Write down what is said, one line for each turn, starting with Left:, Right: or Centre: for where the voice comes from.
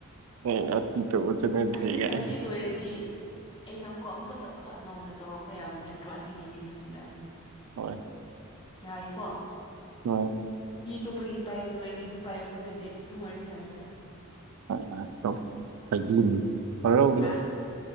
Right: <unintelligible> <unintelligible>
Left: ꯑꯁꯤ
Right: ꯀꯥꯏꯅ
Left: ꯑꯁꯤ ꯂꯣꯏꯔꯗꯤ ꯑꯩꯅ ꯑꯃꯨꯛꯀ ꯑꯃꯨꯛꯀ ꯅꯧꯅ ꯇꯧꯔꯛꯄ ꯌꯥꯕ ꯅꯠꯇ꯭ꯔꯣ ꯑꯁꯤꯒꯤ ꯀꯩꯅꯣꯁꯤꯗ
Right: ꯍꯣꯏ
Left: ꯌꯥꯏꯀꯣ
Right: ꯍꯣꯏ
Left: ꯃꯤ ꯑꯇꯣꯞꯄꯒꯤ ꯄꯥꯏꯒꯅꯨ ꯑꯩꯒꯤ ꯑꯗꯨꯝ ꯄꯥꯏꯌꯣꯀꯣ ꯑꯗꯨꯗꯤ ꯑꯗꯨꯝ ꯋꯥꯔꯤ ꯁꯥꯁꯦ
Right: <unintelligible> ꯍꯔꯥꯎꯅ
Left: ꯍꯥ